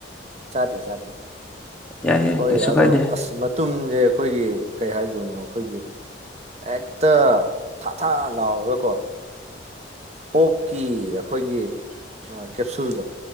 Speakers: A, on the right; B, in the centre.
A: ꯁꯥꯗꯤꯤ ꯁꯥꯗꯤꯤ
B: ꯌꯥꯏ ꯌꯥꯏ
A: ꯍꯣꯏ
B: ꯀꯩꯁꯨ
A: ꯑꯗꯣ
B: ꯀꯥꯏꯗꯦ
A: ꯑꯁꯃ ꯇꯨꯝꯁꯦ ꯑꯩꯈꯣꯏꯒꯤ ꯀꯩ ꯍꯥꯏꯗꯣꯏꯅꯣ ꯑꯩꯈꯣꯏꯒꯤ ꯍꯦꯛꯇ ꯊꯥ ꯊꯥ ꯂꯥꯎꯔꯒꯀꯣ ꯀꯣꯛꯀꯤ ꯑꯩꯈꯣꯏꯒꯤ ꯀꯦꯞꯁꯨꯜꯗꯣ